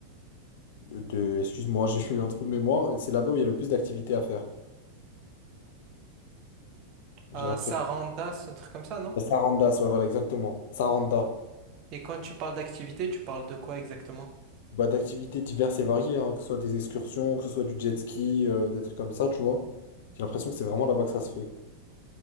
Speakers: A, on the left; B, on the right.
A: de- excuse-moi, <laughs> j'ai eu un trou de mémoire, c'est là-bas où il y a le plus d'activités à faire, j'ai
B: Euh,
A: l'impression.
B: Saranda, c'est un truc comme ça, non?
A: La Saranda ouais, voilà, exactement. Saranda.
B: Et quand tu parles d'activité, tu parles de quoi exactement?
A: Bah, d'activités diverses et variées, hein, que ce soit des excursions, que ce soit du jet ski, euh, des trucs comme ça, tu vois. J'ai l'impression que c'est vraiment là-bas que ça se fait.